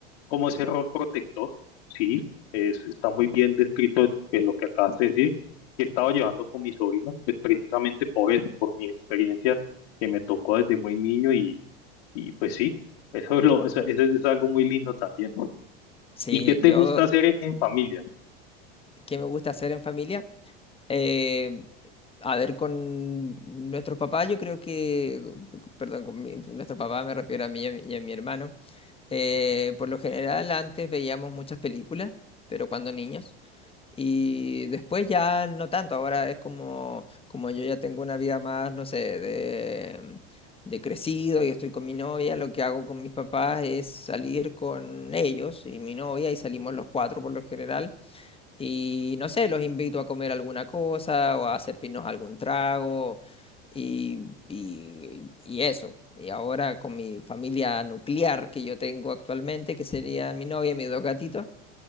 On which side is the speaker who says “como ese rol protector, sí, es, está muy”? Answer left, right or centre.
Left